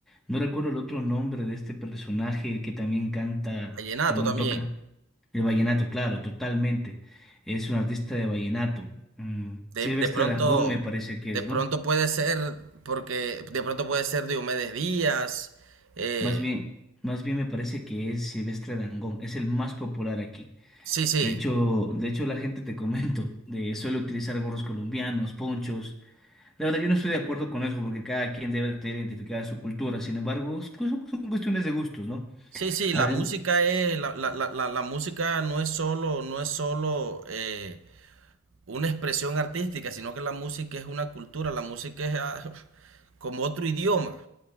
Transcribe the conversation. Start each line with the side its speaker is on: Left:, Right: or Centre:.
Centre: No recuerdo el otro nombre de este personaje el que también canta,
Right: Vallenato
Centre: perdón,
Right: también.
Centre: toca el vallenato, claro, totalmente. Es un artista de vallenato. Mm,
Right: De,
Centre: Silvestre
Right: de pronto,
Centre: Dangond me parece que
Right: de
Centre: es,
Right: pronto
Centre: ¿no?
Right: puede ser, porque de pronto puede ser Diomedes Díaz. eh,
Centre: Más bien, más bien me parece que es Silvestre Dangond, es el más popular aquí.
Right: sí, sí.
Centre: De hecho, de hecho la gente te comento, de, suele utilizar gorros colombianos, ponchos. La verdad, yo no estoy de acuerdo con eso porque cada quien debe tener identificada su cultura. Sin embargo, es- pues, son, son cuestiones de gustos, ¿no?
Right: Sí, sí,
Centre: Además,
Right: la música es, la, la- la- la- la música no es solo, no es solo eh, una expresión artística, sino que la música es una cultura, la música es ah, <laughs> como otro idioma.